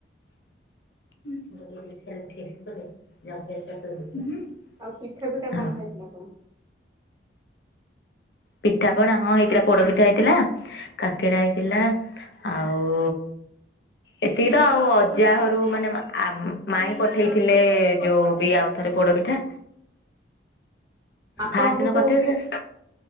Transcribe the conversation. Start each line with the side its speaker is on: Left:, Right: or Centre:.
Left: <unintelligible>
Right: ଆଉ ପିଠା
Left: ଆଉ।
Right: ଫିଠା କଣ ଖାଇଥିଲେ ଆପଣ?
Left: ପିଠାପଣା ହଁ ହେଇଥିଲା ପୋଡ଼ପିଠା ହେଇଥିଲା କାକେରା ହେଇଥିଲା ଆଉ ଏତିକି ତ ଆଉ ଅଜା ଘରୁ ମାନେ ମାଇ ପଠେଇଥିଲେ ଯୋଉ ବି ଆଉ ଥରେ ପୋଡପିଠା,
Right: ଆପଣଙ୍କୁ
Left: ଫାଷ୍ଟ ଦିନ
Right: କୋଉ
Left: କରିଥିଲି
Right: ପି
Left: ଯେ